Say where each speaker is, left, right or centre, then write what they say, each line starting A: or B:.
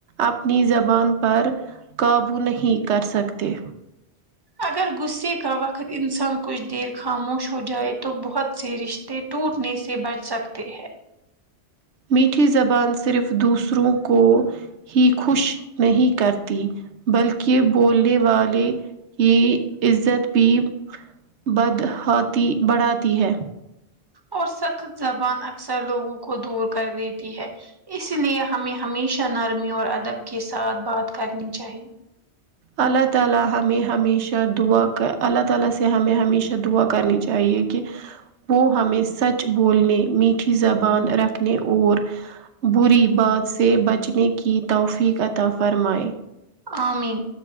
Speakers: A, on the right; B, on the right.
A: اپنی زبان پر قابو نہیں کر سکتے
B: اگر غصے کا وقت انسان کچھ دیر خاموش ہو جائے تو بہت سے رش تے ٹوٹنے سے بچ سکتے ہیں
A: میٹھی زبان صرف دوسروں کو ہی خوش نہیں کرتی بلکہ بولنے والے کی عزت بھی بد ہاتی بڑھاتی ہے
B: اور سخت زبان اکثر لوگوں کو دور کر دیتی ہے اس لیے ہمیں ہمیشہ نرمی اور ادب کے ساتھ بات کرنی چاہیے
A: اللہ تعالی ہمیں ہمیشہ دعا کر اللہ تعالی سے ہمیں ہمیشہ دعا کرنی چاہیے کہ وہ ہمیں سچ بولنے میٹھی زبان رکھنے اور بری بات سے بچنے کی توفیق عطا فرمائے
B: آ مین